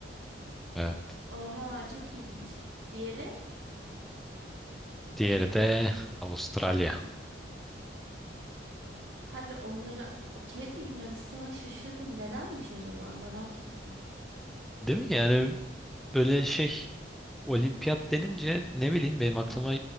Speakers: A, in the centre; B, on the right.
A: Evet.
B: Oha, çok ilginç. Diğeri?
A: Diğeri de Avustralya.
B: Hadi onları okey de Yunanistan'a şaşırdım. Nedenmiş acaba? Merak ettim.
A: Değil mi? Yani böyle şey Olimpiyat denince ne bileyim benim aklıma